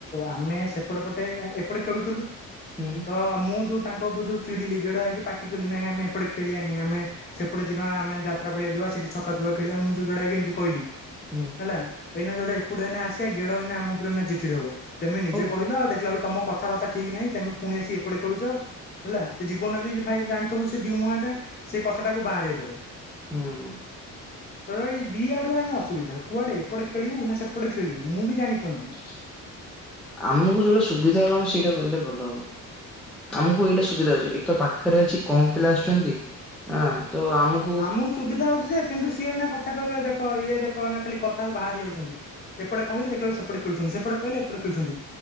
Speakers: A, on the left; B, in the centre.
A: ଆମେ ସେପଟ ପଟେ ଏପଟେ ଖେଳୁଥିଲୁ
B: ହୁଁ
A: ତ ମୁଁ ଯୋଉ ତାଙ୍କ ଉପରେ ଯୋଉ ଚିଡିଲି ଗେଡା ହେଇକି ପାଟି କଲି ନାଇଁ ଆମେ ଏପଟେ ଖେଳିବାନି ଆମେ ସେପଟେ ଯିବା ଆମେ ଯା ତ୍ରା ପଡିଆ ଯିବା ସେଠି ଛକା ଛୁଆ ଖେଳିବା ମୁଁ ଯୋଉ ଗେଡା ଭାଇକି ଏମିତି କହିଲି
B: ହୁଁ
A: ହେଲା। ଏଇନା ଯଉରା ଏକୁଟିଆ ଏଇନା ଆସିବା ଗେଡ ଏଇନା ଆମ ଉପରେ ଏଇନା ଚିଡି ଚିଡି ହବ ତେମେ ନିଜେ
B: ହଉ
A: କହିଲ ଆଉ ଦେଖିଲା ବେଳୁ ତମ କଥାବାର୍ତା ଠିକ ନାହିଁ ତେମେ ପୁଣି ଆସି ଏପଟେ ଖେଳୁଚ ହେଲା ସେ ଜୀବନ ବି ଭାଇ ଜାଣିଥିବୁ ସେ ଦିଇମୁହାଁ ଟା ସେ କଥାଟାକୁ ବାଆଁରେଇଦବ।
B: ହୁଁ
A: ତ ଭାଇ ଦି ଆଡୁଆ ଏଇନେ ଅସୁବିଧା କୁଆଡେ ଏପଟେ ଖେଳିବୁ ନା ସେପଟେ ଖେଳିବୁ ମୁଁ ବି ଜାଣିପାରୁନି।
B: ଆମୁକୁ ଯୋଉଟା ସୁବିଧା ହବ ଆମେ ସେଇଟା କଲେ ଭଲ ହବ। ଆମୁକୁ ଏଇଟା ସୁବିଧା ହଉଛି ଏକ ତ ପାଖେରେ ଅଛି କମ ପିଲା ଆସୁଚନ୍ତି ଆଁ ତ ଆମୁ
A: ଆମୁକୁ ସୁବିଧା ହଉଚି ଯେ କିନ୍ତୁ ସିଏ ଏଇନା କଥା କହିବେ ଦେଖ ଇଏ ଦେଖ ମାନେ ଖାଲି କଥାରୁ ବାହାରି ଯାଉସୁନ୍ତି। ଏପଟେ କହିଲେ ଦେଖିଲାବେଳୁ ସେପଟେ ଖେଳୁଚନ୍ତି ସେପଟେ କହିଲେ ଏପଟେ ଖେଳୁଚନ୍ତି।